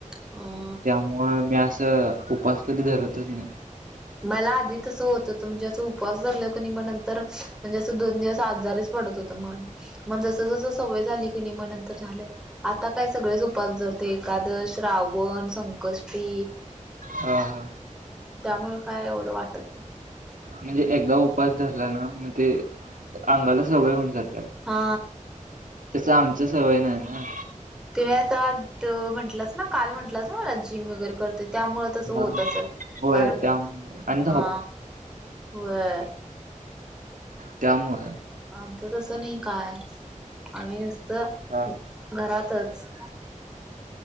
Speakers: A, in the centre; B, on the right (about 85°).
A: हम
B: त्यामुळं मी असं उपास कधी धरतच नाही.
A: मला आधी तसं होत होत म्हणजे असं उपवास धरलाकणी मग नंतर म्हणजे असं दोन दिवस आजारीच पडत होत मग जस जस सवय झाली की नि म नंतर झालं. आता काय सगळेच उपास धरते एकादश श्रावण संकष्टी.
B: हा हा.
A: त्यामुळे काय एवढं वाटत ना
B: म्हणजे एकदा उपास धरला ना मग ते अंगाला सवय होऊन जात
A: हा.
B: तस आमच सवय नाही ना.
A: तुम्ही अआता म्हटलंच ना काल म्हटलंस ना मला जिम वगैरे करतो. त्यामुळ तस होत
B: हा
A: असेल,
B: होय
A: कारण
B: त्यामुळं आणि
A: हा व्हय.
B: त्यामुळ.
A: आमचं तसं नही काय आम्ही नुसत
B: हा
A: घरातच